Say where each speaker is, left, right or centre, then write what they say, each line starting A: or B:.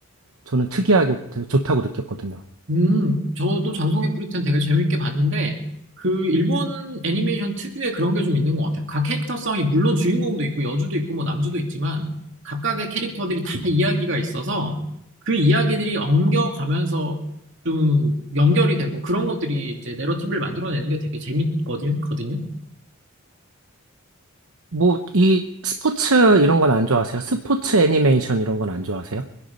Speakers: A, on the right; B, on the right.
A: 저는 특이하게 되게 좋다고 느꼈거든요.
B: 음, 저도 장송의 프리랜드 되게 재밌게 봤는데, 그 일본 애니메이션 특유의 그런 게 좀 있는 것 같아요. 각 캐릭터성이 물론 주인공도 있고 여주도 있고 뭐 남주도 있지만 각각의 캐릭터들이 다 이야기가 있어서 그 이야기들이 엉겨가면서 좀 연결이 되고 그런 것들이 이제 내러티브를 만들어내는 게 되게 재밌거든요. 거든요.
A: 뭐, 이 스포츠 이런 건 안 좋아하세요? 스포츠 애니메이션 이런 건 안 좋아하세요?